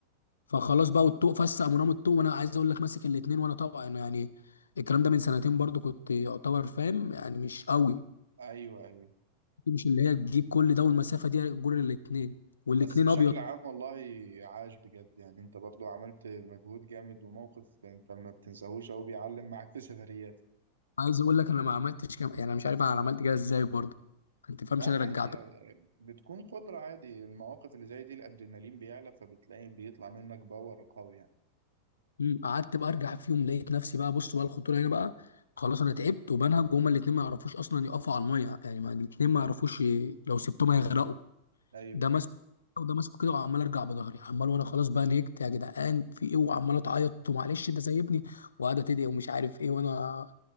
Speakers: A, on the left; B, on the right.
A: فخلاص بقى والطوق فسق مرام الطوق وانا عايز اقول لك ماسك الاتنين وانا طبعا انا يعني الكلام ده من سنتين برضو كنت يعتبر فاهم يعني مش قوي
B: ايوه ايوه
A: مش اللي هي تجيب كل ده والمسافه دي جور الاتنين والاتنين
B: بس بشكل
A: ابيض
B: عام والله عاش بجد يعني انت برضو عملت مجهود جامد وموقف انت ما بتنساهوش او بيعلم معاك في سفريات
A: عايز اقول لك انا ما عملتش كم... يعني انا مش عارف انا عملت كده ازاي برضو انت فاهمش
B: لا
A: انا
B: عادي
A: رجعته
B: يعني بتكون قدرة عادي المواقف اللي زي دي الادرينالين بيعلى فبتلاقي بيطلع منك باور قوي يعني
A: مم. قعدت بقى ارجع في يوم لقيت نفسي بقى بص بقى الخطوره هنا بقى خلاص انا تعبت وبنهج وهما الاثنين ما يعرفوش اصلا يقفوا على الميه يعني ما الاثنين ما يعرفوش ي- لو سبتهم هيغرقوا
B: ايوه
A: ده ماسك وده ماسكه كده وعمال ارجع بظهري عمال وانا خلاص بقى نهجت يا جدعان في ايه وعمال اتعيط ومعلش ده سايبني وقاعده تدعي ومش عارف ايه وانا